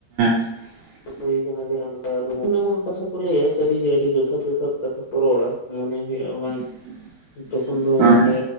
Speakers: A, on the right; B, on the left.
A: <inaudible>
B: ᱦᱩᱭ ᱠᱟᱱᱟ ᱡᱚᱱᱮ ᱮᱢᱚᱱ ᱮᱢᱚᱱ ᱠᱟᱛᱷᱟ ᱠᱚ ᱞᱟᱹᱭᱟ ᱥᱟᱹᱨᱤᱜᱮ ᱟᱹᱰᱤ ᱡᱚᱛᱷᱟᱛ ᱡᱚᱛᱷᱟᱛ ᱠᱟᱛᱷᱟ ᱠᱚ ᱨᱚᱲᱟ ᱢᱚᱱᱮ ᱦᱩᱭᱩᱜᱼᱟ ᱵᱟᱝ
A: <inaudible>
B: ᱛᱚᱠᱷᱚᱱ ᱫᱚ
A: ᱦᱮᱸ
B: ᱢᱟᱱᱮ